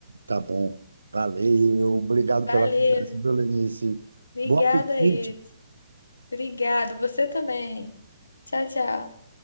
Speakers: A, on the right (about 75°); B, on the left (about 70°).
A: Tá bom. Valeu. Obrigado
B: Valeu.
A: pela conversa, viu, Lenice.
B: Obrigada,
A: Bom apetite.
B: Ed. Obrigado, você também. Tchau, tchau.